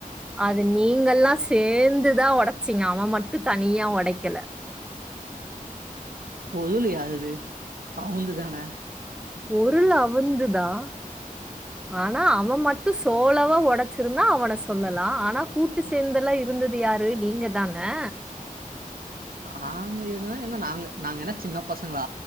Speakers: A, in the centre; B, on the right (about 80°).
A: அது நீங்கல்லா சேந்துதா ஒடச்சிங்க அவ மட்டு தனியா ஒட க்கல
B: பொதுலையா அது அவுந்து தானே
A: பொருள் அவுந்துதா ஆனா அவ மட்டு சோளவா ஒடச் இருந்தா அவன சொல்லலா ஆன ஆனா கூட்டு
B: ம்
A: சேந்தலா இருந்துது இது யாரு நீங்க தானே
B: நாங்க இருந்தா என்ன நாங்க நாங்க என்ன சின்ன பசங்களா